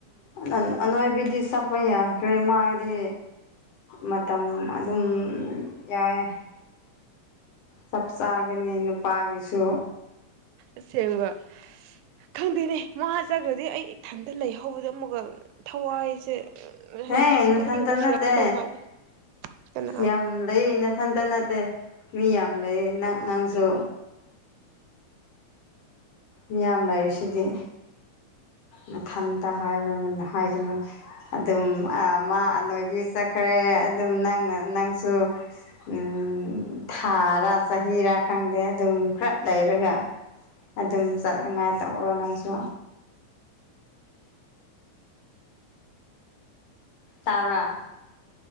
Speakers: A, on the left; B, on the right.
A: ꯎꯝ ꯑꯅꯣꯏꯕꯤꯗꯤ ꯆꯄ ꯌꯥ ꯀꯔꯤꯃꯔꯤ ꯃꯇꯝ ꯑꯗꯨꯝ ꯌꯥꯏ ꯆꯞꯆꯥꯒꯤꯅꯤ ꯅꯨꯄꯥꯒꯤꯁꯨ
B: ꯑꯁꯦꯡꯕ ꯈꯪꯗꯦꯅꯦ ꯃꯥꯖꯈ꯭ꯔꯗꯤ ꯑꯩ ꯏꯊꯟꯇ ꯂꯩ ꯍꯧꯕꯗ ꯑꯃꯨꯛꯀ ꯊꯋꯥꯏꯁꯦ
A: ꯍꯦ
B: ꯑꯁ
A: ꯅꯊꯟꯇ
B: ꯄꯨꯅꯤꯡꯁꯤꯔꯛꯇꯧ
A: ꯅꯠꯇꯦ
B: ꯃꯥꯜꯂꯦ ꯀꯅꯥ
A: ꯌꯥꯝ ꯂꯩꯅꯦ ꯏꯊꯟꯇ ꯅꯠꯇꯦ ꯃꯤ ꯌꯥꯝ ꯂꯩ ꯅꯪ ꯅꯪꯁꯨ ꯃꯤꯌꯥꯝ ꯂꯩꯔꯤꯨ ꯁꯤꯗꯤ ꯃꯊꯟꯇ ꯍꯥꯏꯕ ꯍꯥꯏꯒꯅꯨ ꯑꯗꯨꯝ ꯃꯥ ꯑꯅꯣꯏꯕꯤ ꯆꯠꯈ꯭ꯔꯦ ꯑꯗꯨꯝ ꯅꯪꯅ ꯅꯪꯁꯨ ꯎꯝ ꯊꯥꯔꯥ ꯆꯍꯤꯔꯥ ꯈꯪꯗꯦ ꯑꯗꯨꯝ ꯈꯔ ꯂꯩꯔꯒ ꯑꯗꯨꯝ ꯆꯠꯅꯉꯥꯏ ꯇꯧꯔꯣ ꯅꯪꯁꯨ ꯇꯔꯥ